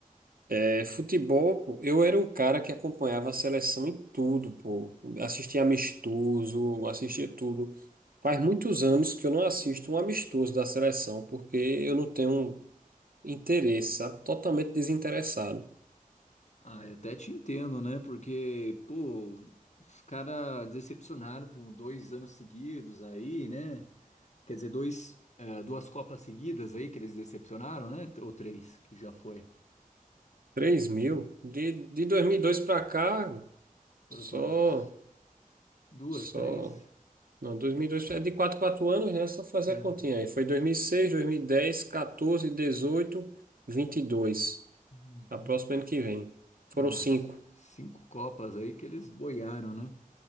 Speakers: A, on the right; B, on the left.
A: é, futebol, pô, eu era um cara que acompanhava a seleção em tudo, pô. Assistia amistoso, assistia tudo. Faz muitos anos que eu não assisto um amistoso da seleção, porque eu não tenho Interessa, totalmente desinteressado.
B: Ah, eu até te entendo, né? Porque, pô, os caras decepcionaram por dois anos seguidos aí, né? Quer dizer, dois, eh, duas Copas seguidas aí que eles decepcionaram, né? Ou três, que já foi.
A: três mil? De, de 2002 para cá,
B: Foram
A: só,
B: quantas? Duas,
A: só.
B: três?
A: Não, 2002 é de quatro quatro anos, né? Só fazer
B: É.
A: a continha aí. Foi dois dois mil mil seis dois mil e dez 2006, dezoito vinte e dois
B: Uhum.
A: A próxima ano que vem. Foram
B: Nossa,
A: cinco
B: cinco Copas aí que eles boiaram, né?